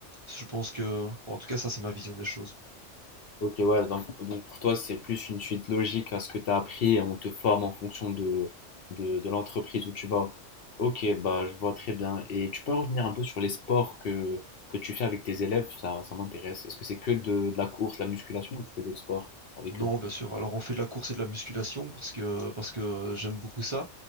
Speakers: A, on the right; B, on the left.
A: Je pense que, bon, en tout cas, ça, c'est ma vision des choses.
B: Ok, ouais, donc, donc pour toi, c'est plus une suite logique à ce que tu as appris et on te forme en fonction de, de, de l'entreprise où tu vas. Ok, bah je vois très bien. Et tu peux revenir un peu sur les sports que, que tu fais avec tes élèves, ça, ça m'intéresse. Est-ce que c'est que de, de la course, la musculation ou tu fais d'autres sports avec
A: Non,
B: eux?
A: bien sûr. Alors on fait de la course et de la musculation parce que parce que j'aime beaucoup ça.